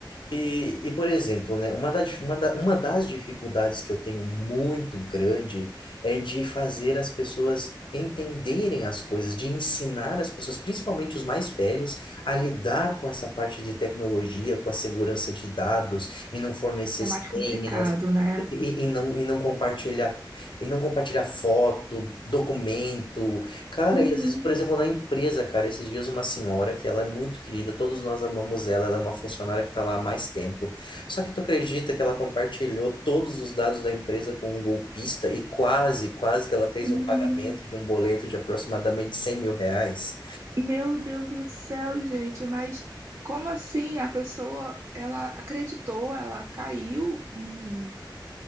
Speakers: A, on the left; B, on the right.
A: E, e, por exemplo, né, uma da, uma da- uma das dificuldades que eu tenho muito grande é de fazer as pessoas entenderem as coisas, de ensinar as pessoas, principalmente os mais velhos, a lidar com essa parte de tecnologia, com a segurança de dados, e não fornecer
B: É
A: senhas,
B: mais complicado, né?
A: e, e- e não, e não compartilhar, e não compartilhar foto, documento, Cara,
B: Uhum,
A: e às vezes, por exemplo, na empresa, cara, esses dias uma senhora que ela é muito querida, todos nós amamos ela, ela é uma funcionária que está lá há mais tempo. Só que tu acredita que ela compartilhou todos os dados da empresa com um golpista e quase, quase que ela fez
B: uhum.
A: um pagamento de um boleto de aproximadamente cem mil reais?
B: Meu Deus do céu, gente, mas como assim a pessoa, ela acreditou, ela caiu em,